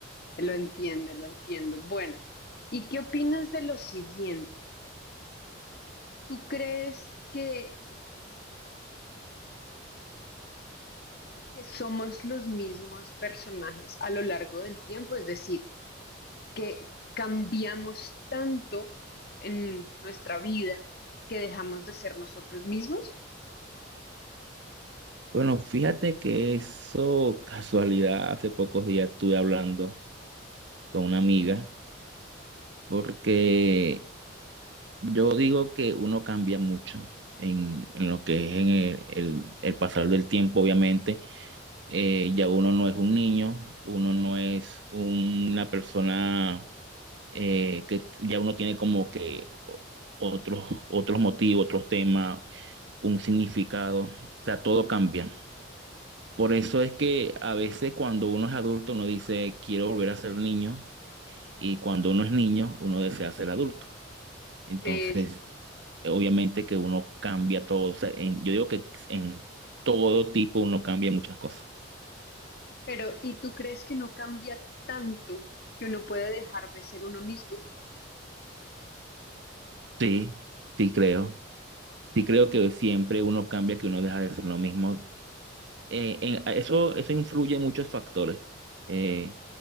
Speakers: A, on the left; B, on the right.
A: Lo entiendo, lo entiendo. Bueno, ¿y qué opinas de lo siguiente? ¿Tú crees que, que somos los mismos personajes a lo largo del tiempo? Es decir, que cambiamos tanto en nuestra vida que dejamos de ser nosotros mismos.
B: Bueno, fíjate que eso, casualidad, hace pocos días estuve hablando con una amiga porque Yo digo que uno cambia mucho en, en lo que es en el, el- el pasar del tiempo, obviamente. Eh, ya uno no es un niño, uno no es un- una persona eh, que ya uno tiene como que o- otros, otros motivos, otros temas, un significado. O sea, todo cambia. Por eso es que a veces cuando uno es adulto, uno dice, quiero volver a ser niño, y cuando uno es niño, uno desea ser adulto. Entonces...
A: Eh, sí.
B: obviamente que uno cambia todo. O sea, en- yo digo que en todo tipo uno cambia muchas cosas.
A: pero, ¿y tú crees que uno cambia tanto que uno puede dejar de ser uno mismo?
B: Sí, sí creo. Sí creo que siempre uno cambia, que uno deja de ser lo mismo. Eh, en- eso, eso influye en muchos factores. Eh,